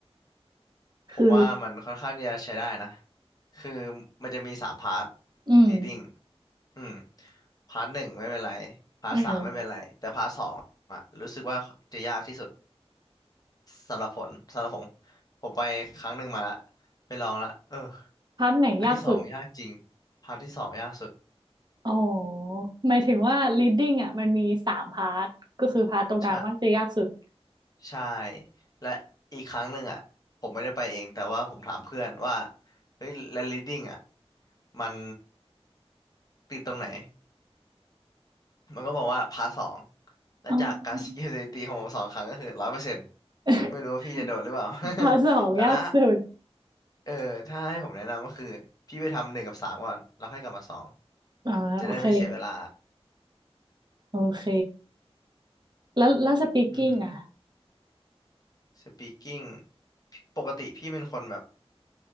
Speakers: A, on the right (about 45°); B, on the left (about 35°).
A: คือ
B: ผมว่ามันค่อนข้างที่จะใช้ได้นะ คือมันจะมีสามพาร์ท
A: อืม
B: reading อืมพาร์ทหนึ่งไม่เป็นไรพาร์ทสามไม่เป็นไรแต่พาร์ทสองอะรู้สึกว่าจะยากที่สุด
A: เออ
B: สำหรับผลสำหรับผมผมไปครั้งหนึ่งมาละไปลองละเออ
A: พาร์ทไหนยากสุด
B: อันที่สองยากจริงพาร์ทที่สองยากสุด
A: อ๋อหมายถึงว่า leading อ่ะมันมีสามพาร์ทก็คือพาร์ทตรงกลางว่าจะยากสุด
B: ใช่ใช่และอีกครั้งหนึ่งอ่ะผมไม่ได้ไปเองแต่ว่าผมถามเพื่อนว่าเฮ้ยและ leading อ่ะมันติดตรงไหน มันก็บอกว่าพาร์ทสองและจากการสังเกตสถิติของผมสองครั้งก็คือร้อยเปอร์เซ็นต์
A: อ๋อ <laughs>
B: ไม่รู้ว่าพี่จะโดดหรือเปล่า
A: พาร์ทสองยากสุด
B: <laughs> แต่ถ้าเออถ้าให้ผมแนะนำก็คือพี่ไปทำหนึ่งกับสามก่อนแล้วค่อยกลับมาสอง
A: อ่าโอเค
B: จะได้ไม่เสียเวลา
A: โอเคแล้วแล้ว speaking
B: อือฮึ
A: อ่ะ
B: speaking พี่ปกติพี่เป็นคนแบบ